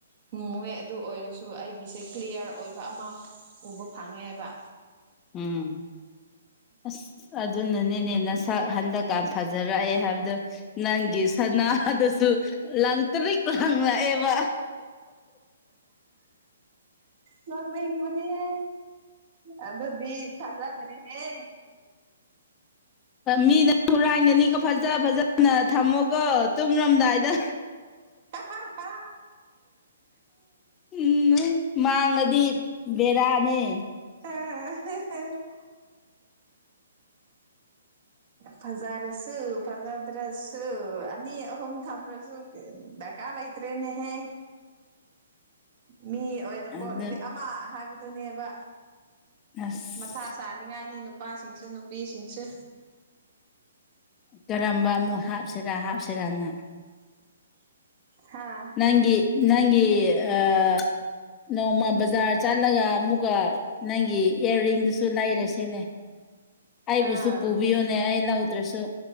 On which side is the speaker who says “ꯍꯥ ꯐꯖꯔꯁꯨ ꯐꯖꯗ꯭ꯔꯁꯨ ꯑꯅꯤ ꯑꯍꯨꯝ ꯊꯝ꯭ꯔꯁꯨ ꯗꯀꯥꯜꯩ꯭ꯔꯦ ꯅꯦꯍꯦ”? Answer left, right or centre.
Right